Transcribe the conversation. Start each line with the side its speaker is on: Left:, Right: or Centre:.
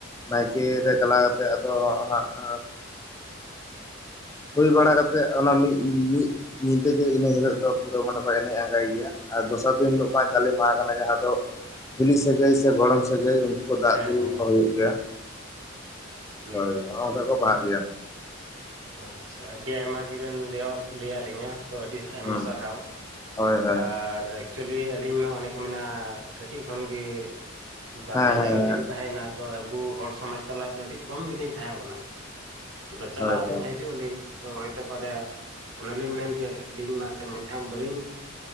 Left: ᱱᱟᱭᱠᱮ ᱨᱮ ᱪᱟᱞᱟᱣ ᱠᱟᱛᱮᱫ ᱟᱫᱚ ᱦᱟᱸᱜ ᱾ ᱦᱩᱭ ᱵᱟᱲᱟ ᱠᱟᱛᱮᱫ ᱚᱱᱟ ᱢᱤᱫ ᱢᱤᱫ ᱧᱤᱫᱟᱹᱜᱮ ᱤᱱᱟᱹ ᱦᱤᱞᱚᱜ ᱫᱚ ᱯᱩᱨᱟᱹ ᱢᱟᱱᱮ ᱠᱚ ᱮᱱᱮᱡ ᱟᱸᱜᱟᱭ ᱜᱮᱭᱟ ᱟᱨ ᱫᱚᱥᱟᱨ ᱫᱤᱱ ᱦᱤᱞᱚᱜ ᱢᱟ ᱡᱟᱞᱮ ᱢᱟᱦᱟ ᱠᱟᱱᱟ ᱡᱟᱦᱟᱸ ᱫᱚ ᱦᱤᱞᱤ ᱥᱟᱹᱜᱟᱹᱭ ᱥᱮ ᱜᱚᱲᱚᱢ ᱥᱟᱹᱜᱟᱹᱭ ᱫᱟᱜ
Right: ᱦᱮᱸ
Left: ᱫᱩᱞᱩ
Right: ᱦᱮᱸ ᱦᱮᱸ
Left: ᱠᱚ ᱦᱩᱭᱩᱜ ᱜᱮᱭᱟ
Right: ᱦᱩᱸ
Left: ᱦᱚᱭ ᱚᱱᱰᱮ ᱠᱚ ᱵᱟᱦᱟᱜ ᱜᱮᱭᱟ ᱾
Right: ᱟᱪᱪᱷᱟ ᱟᱹᱰᱤ ᱟᱭᱢᱟ ᱜᱮᱵᱮᱱ ᱞᱟᱹᱭᱟᱞᱤᱧᱟ ᱛᱚ ᱟᱹᱰᱤ ᱟᱭᱢᱟ
Left: ᱦᱩᱸ
Right: ᱥᱟᱨᱦᱟᱣ ᱾
Left: ᱦᱳᱭ ᱦᱳᱭ
Right: ᱟᱨ ᱮᱠᱪᱩᱞᱤ ᱟᱹᱞᱤᱧ ᱢᱟ ᱚᱱᱮ ᱠᱚ ᱢᱮᱱᱟ ᱠᱟᱹᱴᱤᱡ ᱠᱷᱚᱱᱜᱮ ᱵᱟᱨᱦᱮ
Left: ᱦᱮᱸ ᱦᱮᱸ ᱦᱮᱸ
Right: ᱡᱟᱜᱟ ᱨᱮ ᱞᱤᱧ ᱛᱟᱦᱮᱸᱭᱮᱱᱟ ᱛᱚ ᱟᱵᱚ ᱦᱚᱲ ᱥᱚᱢᱟᱡᱽ ᱛᱟᱞᱟ ᱨᱮᱫᱚ ᱟᱹᱰᱤ ᱠᱚᱢ ᱜᱮᱞᱤᱧ ᱛᱟᱦᱮᱸ ᱠᱟᱱᱟ ᱾ ᱟᱫᱚ ᱪᱟᱞᱟᱜ
Left: ᱦᱳᱭ
Right: ᱟᱹᱞᱤᱧ
Left: ᱦᱳᱭ
Right: ᱦᱤᱡᱩᱜ ᱟᱹᱞᱤᱧ ᱛᱚ ᱦᱚᱭᱛᱮ ᱯᱚᱨᱮ ᱚᱱᱟᱞᱤᱧ ᱢᱮᱱ ᱠᱤᱞᱤᱧ ᱢᱟ ᱮᱱᱛ ᱢᱟᱛᱷᱟᱢ ᱵᱟᱞᱤᱧ